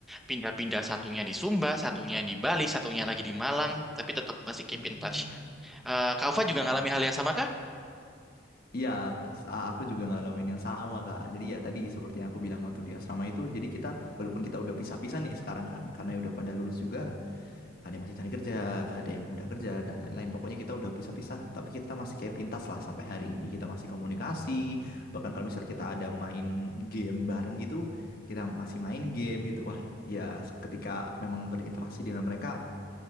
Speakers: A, in the centre; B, on the left.
A: pindah-pindah satunya di Sumba, satunya di Bali, satunya lagi di Malang, tapi tetap masih keep
B: hmm,
A: in touch. Eh, Kak Ufa
B: asik.
A: juga ngalami hal yang sama kah?
B: Iya, s- a- aku juga ngalamin yang sama, Kak. Jadi ya tadi seperti yang aku bilang waktu di asrama itu, jadi kita walaupun kita udah pisah-pisah nih sekarang kan, karena ya udah pada lulus juga, ada yang masih cari kerja, ada yang udah kerja dan lain-lain. Pokoknya kita udah pisah-pisah, tapi kita masih kayak pintas lah sampai hari ini. Kita masih komunikasi, bahkan kalau misalnya kita ada main game bareng gitu, kita masih main game gitu. Wah, ya ketika memang berinteraksi dengan mereka